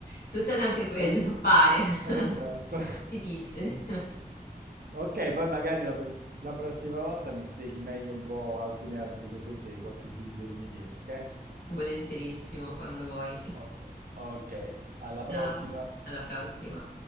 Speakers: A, on the left; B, on the right.
A: succede anche quello,
B: Ok,
A: pare,
B: Esatto.
A: <laughs> si dice. Però
B: Ok, poi magari la, pro- la prossima volta mi spieghi meglio un po' alcune altre cosette, qualche dubbio che mi viene, ok?
A: volentierissimo quando vuoi.
B: Ok, ok, alla prossima.
A: Ciao, Alla prossima.